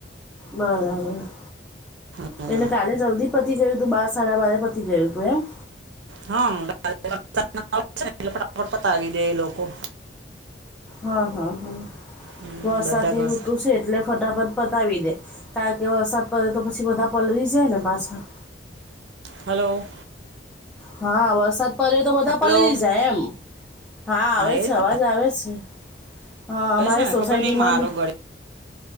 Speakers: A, in the centre; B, on the right (about 75°).
A: બરાબર -
B: ગયો
A: એટલે કાલે જલ્દી પતી ગયું હતું બાર સાડા બારે પતી ગયું હતું એમ-
B: હા ફટાફટ પતાવી દે એ લોકો-
A: હા હા હા
B: હમ
A: વરસાદની
B: બધા ઘર
A: ઋતુ છે. એટલે ફટાફટ પતાવી દે કારણ કે વરસાદ પડે તો પછી બધા પલળી જાય ને પાછા-
B: હલો
A: હા વરસાદ - પરે તો બધા
B: હલો
A: પલળી જાય એમ હા આવે
B: એ
A: છે
B: જ
A: અવાજ આવે છે. હા
B: હવે
A: અમારી
B: છે ને
A: સોસાયટીમાં
B: ખબર નઈ મારો
A: બી-
B: ગળી